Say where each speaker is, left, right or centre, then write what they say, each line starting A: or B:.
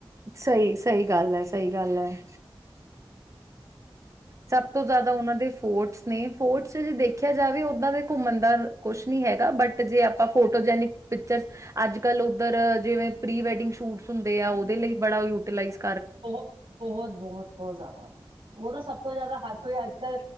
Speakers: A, on the right; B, on the right.
A: ਸਹੀ ਸਹੀ ਗੱਲ ਹੈ ਸਹੀ ਗੱਲ ਹੈ ਸਬ ਤੋਂ ਜਿਆਦਾ ਉਹਨਾਂ ਦੇ ਫੋਰਟਸ ਨੇ ਫੋਰਟਸ ਜੇ ਦੇਖਿਆ ਜਾਵੇ ਓਦਾ ਦੇ ਘੁਮਣ ਦਾ ਕੁਛ ਨੀ ਹੈਗਾ ਬਟ ਜੇ ਆਪਾਂ ਫੋਟੋ ਜੇਨਿਕ ਪਿਕਚਰਜ਼ ਅੱਜ ਕਲ ਉਧਰ ਜਿਵੇ ਪ੍ਰੀ ਵੈਡਿੰਗ ਸ਼ੂਟਸ ਹੁੰਦੇ ਐ ਓਦੇ ਲਈ ਬੜਾ ਯੂਟਿਲਾਇਜ਼
B: ਬਹੁਤ ਬਹੁਤ ਬਹੁਤ ਬਹੁਤ ਜ਼ਿਆਦਾ ਉਹਦਾ ਸਭ ਤੋਂ ਜ਼ਿਆਦਾ ਹ ਕੋਈ ਅੱਜ ਕੱਲ